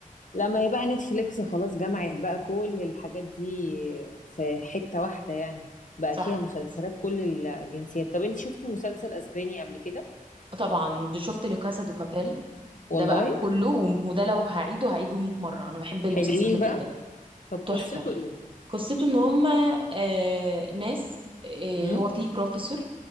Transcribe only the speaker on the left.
لما هي بقى نتفليكس خلاص جمعت بقى كل الحاجات دي في حتة واحدة يعني بقى
فيها مسلسلات كل الجنسيات طب انت شفتي مسلسل اسباني قبل كده
والله
حلوين
<laughs> بقى
طب
قصته ايه
هم